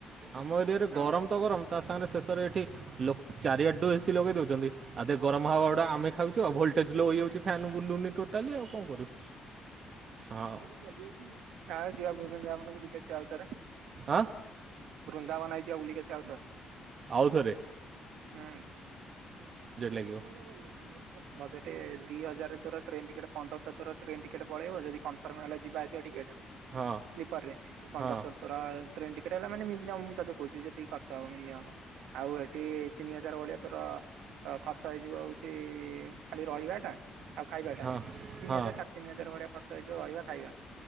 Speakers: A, on the right; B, on the right.
A: ଆମ ଏରିଆରେ
B: ଓହୋ
A: ଗରମ ତ ଗରମ ତା ସାଙ୍ଗରେ ଶେଷରେ ଏଠି ଲ ଚାରିଆଠୁ ଏ ସିି ଲଗେଇ ଦେଉଛନ୍ତି ଆଧ ଗରମ ହାଉଆ ଟା ଆମେ ଖାଉଛୁ ଆଉ ଭୋଲଟେଜ ଲୋ ହେଇଯାଉଛି ଫ୍ୟାନ୍ ବୁଲୁନି ଟୋଟାଲି ଆଉ କଣ କରିବୁ ହଁ।
B: ଯାଉଛି ଯିବା ପ ଆପଣ ବୁଲିକି ଆଉଥରେ।
A: ଆଁ।
B: ବୃନ୍ଦାବନା <unintelligible> ଆଉଥରେ
A: ଆଉଥରେ
B: ହୁଁ। <unintelligible>
A: ଲାଗିବ
B: ବଜେଟ ଦି ହଜାର ଥର ଟ୍ରେନ ଟିକେଟ ପନ୍ଦରଶହ ଥର ଟ୍ରେନ ଟିକେଟ ପଳେଇବ ଯଦି କନଫର୍ମ ହେଲା ଯିବା ଆସିବା ଟିକେଟଟା।
A: ହଁ
B: ସ୍ଲିପର୍ ରେ ପନ୍ଦରସ
A: ହଁ
B: ଟ୍ରେନ୍ ଟିକଟ ହେଲା ମିନି ତ କହୁ ଯେତିକି ଖର୍ଚ୍ଚ ହବ ମିନିୟମ୍ ଆଉ ଏଠି ତିିନି <unintelligible> ଭଳିଆ ତାର ଖର୍ଚ୍ଚ ହେଇଯିବ ହଉଚି ଖାଲି ରହିବା ଟା ଆଉ ଖାଇବା ଟା
A: ହଁ
B: ତିନି
A: ହଁ
B: ହଜାର ସାତ ତିନି ହଜାର ଭଳିଆ ଖ ଇ ଯଉ ରହିବା ଖାଇବା।